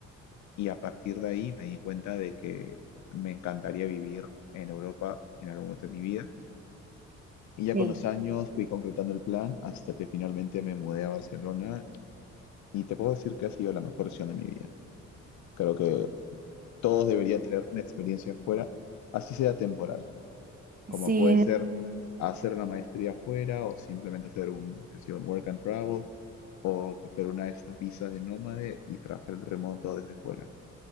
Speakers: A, on the left (about 70°); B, on the right (about 30°).
A: y a partir de ahí me di cuenta de que me encantaría vivir en Europa en algún momento de mi vida. Y ya
B: sí,
A: con los años fui concretando el plan hasta que finalmente me mudé a Barcelona y te puedo decir que ha sido la mejor decisión de mi vida. Creo que todos deberían tener una experiencia afuera, así sea temporal, como
B: sí,
A: puede
B: no-
A: ser hacer una maestría afuera o simplemente hacer un, que sea, un work and travel o coger una de estas visas de nómade y trabajar en remoto desde fuera.